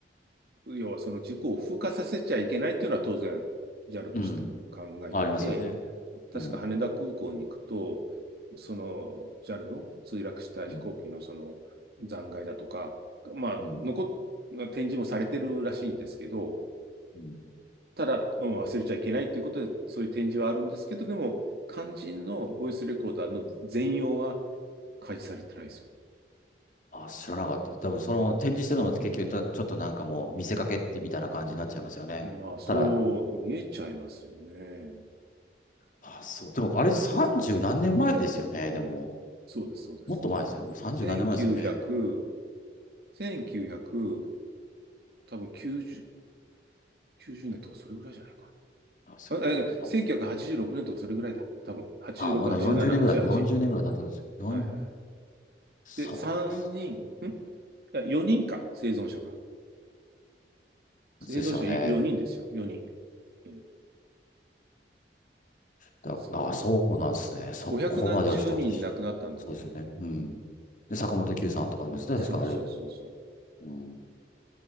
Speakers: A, on the right; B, on the left.
A: 要はその事故を風化させちゃいけないっていうのは当然 JAL としても考えてて、
B: うん。ありますよね。
A: 確か羽田空港に行くと、
B: うん。
A: その JAL の墜落した飛行機のその残骸だとか、
B: うん。
A: まあ、
B: うん。
A: 残っ、展示もされてるらしいんですけど、
B: うん。
A: ただ、まあ忘れちゃいけないということで、そういう展示はあるんですけど、でも、肝心のボイスレコーダーの全容は
B: うん
A: 開示されてないですよ。
B: あ、知らなかった。多分その展示してるのも結局た、ちょっとなんかもう見せかけってみたいな感じになっちゃいますよね。
A: まあ、そう見えちゃいますよね。
B: ただ、あ、そう。でもあれ三十何年前ですよね。でも、
A: そうです、そうです。
B: もっと前ですよね。三十何年前ですよね。
A: 1900、1 9多分90、90年とかそれぐらいじゃないか
B: なんですよね。
A: な。あえ1986年とかそれぐらいだ。
B: だ
A: 多分。86、
B: あ、まだ四十年ぐらい、
A: 87、88。
B: 四十年ぐらい経ってるんです。4
A: はいはい。
B: そうなんです。
A: で、3人、んいや、4人か、生存者が。生存者4人ですよ。
B: ですよね。
A: 4人。よにん
B: だ、
A: ですよ。
B: あ、そうなんですね。そこまではちょっと私、
A: 500何十人亡くなったんだよね。
B: そうですよね。うん。で、坂本九さんとかいますね。
A: そうそうそうそ
B: 確かあれ。うん